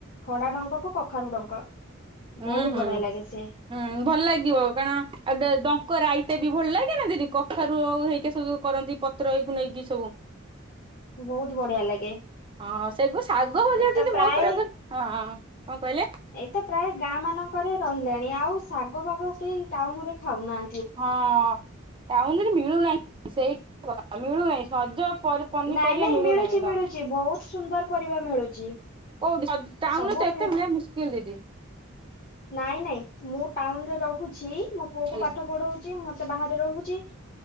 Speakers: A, on the left (about 45°); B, on the right (about 25°).
A: ଖଡା ଡଙ୍କ କୁ କଖାରୁ ଡଙ୍କ।
B: ହୁଁ
A: ବହୁତ
B: ହୁଁ
A: ବଢିଆ ଲାଗେ ସେ
B: ହୁଁ ଭଲ ଲାଗିବ। କାରଣ ଆଡେ ଡ କ ରାଇତା ବି ଭଲ ଲାଗେନା ଦିଦି କଖାରୁ ହେଇକି ସବୁ କରନ୍ତି ପତ୍ରକୁ ନେଇକି ସବୁ।
A: ବହୁତ ବଢିଆ ଲାଗେ।
B: ହଁ ସେଗୁ ଶାଗ ଭଜା
A: ଏଇଟା
B: ଜଦି
A: ପ୍ରାୟ
B: ମୋ ଉପରକୁ ହଁ ହଁ ହଁ କଣ କହିଲେ?
A: ଏଇଟା ପ୍ରାୟ ଗାଁ ମାନଙ୍କରେ ରହିଲାଣି। ଆଉ ଶାଗ ଭାଗ କେହି ଟାଉନ ରେ ଖାଉନାହା
B: ହଁ ଟାଉନରେ ମିଳୁନାହିଁ ସେଇ ମିଳୁନାହିଁ ସଜ ପରି ପନିପରିବା
A: ନାଇଁ ନାଇଁ
B: ମିଳୁନାହିଁ
A: ମିଳୁଛି ମିଳୁଛି
B: ତ।
A: ବହୁତ ସୁନ୍ଦର ପରିବା ମିଳୁଛି
B: କଉଠି ସଜ ଟାଉନରେ
A: ସବୁ
B: ତ
A: ମିଳୁ
B: ଏତେ ମିଳିଆ ମୁସ୍କିଲ ଦିଦି।
A: ନାଇଁ ନାଇଁ ମୁଁ ଟାଉନରେ ରହୁଛି। ମୋ ପୁଅ କୁ
B: ଆଜ୍ଞା
A: ପାଠ ପଢଉଚି। ମୁଁ ବାହାରେ ରହୁଚି।